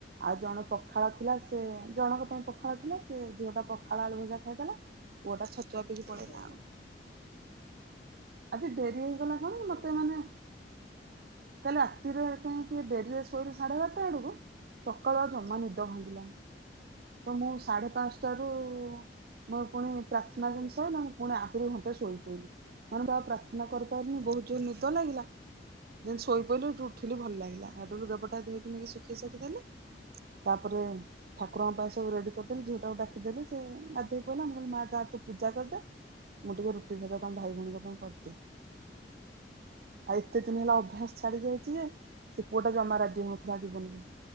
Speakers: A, on the right; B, on the left.
A: ଆଉ ଜଣ ପଖାଳ ଥିଲା ସେ ଜଣଙ୍କ ପାଇଁ ପଖାଳ ଥିଲା ସେ ଝିଅଟା ପଖାଳ, ଆଳୁ ଭଜା ଖାଇଦେଲା ପୁଅଟା ଛତୁଆ ପିଇକି
B: ହଁ
A: ପଳେଇଲା
B: ହଁ ହଁ
A: ଆଉ। ଆଜି ଡେରି ହେଇଗଲା କଣ ମତେ
B: ହଁ
A: ମାନେ କାଲି ରାତିରେ କାଇଁ ଟିକେ ଡେରିରେ ଶୋଇଲି ସାଢେ ବାରଟା ଆଡକୁ ସକାଳୁ ଆଉ ଜମା ନିଦ ଭାଙ୍ଗିଲାନି। ତ ମୁଁ ସାଢ଼େ ପାଞ୍ଚଟାରୁ ମୋର ପୁଣି ପ୍ରାର୍ଥନା ଯେମତି
B: ନେଇଯିବେ।
A: ସଇଲା ମୁଁ ପୁଣି ଆହୁରି ଘଣ୍ଟେ ଶୋଇ ପଇଲି, <unintelligible> ପ୍ରାଥନା କରିପାରିଲିନି ବହୁତ ଜୋର ନିଦ ଲାଗିଲା। ଯେମତି ଶୋଇ ପାଇଲି ସୋଉଠୁ ଉଠିଲି ଭଲ ଲାଗିଲା, ସେଟୁ ଲୁଗାପଟା ଧୋଇକି ନେଇକି ଶୁଖେଇ ଶାଖି ଦେଲି ତାପରେ ଠାକୁଙ୍କ ପାଇଁ ସବୁ ରେଡି କରିଦେଲି ଝିଅଟାକୁ ଡାକିଦେଲି, ସେ ଗାଧେଇ ପଇଲା, ମୁଁ କହିଲି ମା ଯା ତୁ ପୂଜା କରିଦେ ମୁଁ ଟିକେ ରୁଟି ଭଜା ତମ ଭାଇ ଭଉଣୀଙ୍କ ପାଇଁ କରିଦିଏ। ଆଉ ଏତେ ଦିନ ହେଲା ଅଭ୍ୟାସ ଛାଡି ଯାଇଚି ଯେ ସେ ପୁଅଟା ଜମା ରାଜି ହଉନଥିଲା ଯିବନି ବୋଲି।